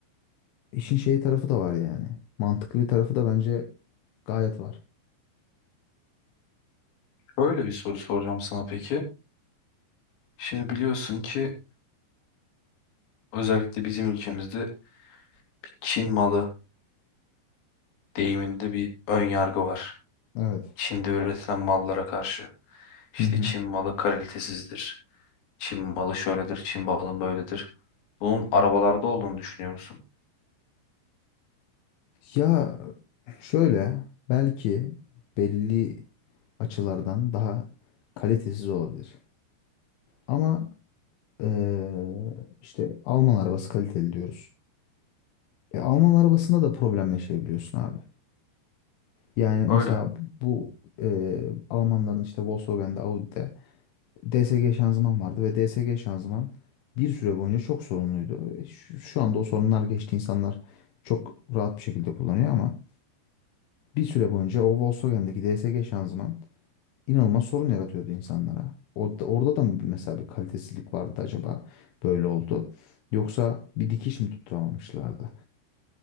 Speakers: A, on the left (about 90°); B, on the left (about 70°).
A: İşin şey tarafı da var yani. Mantıklı bir tarafı da bence gayet var.
B: Böyle bir soru soracağım sana peki. Şimdi biliyorsun ki özellikle bizim ülkemizde bir Çin malı deyiminde bir ön yargı var.
A: Evet.
B: Çin'de üretilen mallara karşı. İşte
A: Hı hı.
B: Çin malı kalitesizdir. Çin malı şöyledir, Çin malı böyledir. Bunun arabalarda olduğunu düşünüyor musun?
A: Ya şöyle belki belli açılardan daha kalitesiz olabilir. Ama eee, işte Alman arabası kaliteli diyoruz. E, Alman arabasında da problem yaşayabiliyorsun abi. Yani
B: Öyle.
A: mesela bu eee, Almanların işte Volkswagen'de, Audi'de DSG şanzıman vardı ve DSG şanzıman bir süre boyunca çok sorunluydu. E, Şu, şu anda o sorunlar geçti. insanlar çok rahat bir şekilde kullanıyor ama bir süre boyunca o Volkswagen'deki DSG şanzıman inanılmaz sorun yaratıyordu insanlara. O, da- orada da mı mesela bir kalitesizlik vardı acaba böyle oldu? Yoksa bir dikiş mi tutturamamışlardı?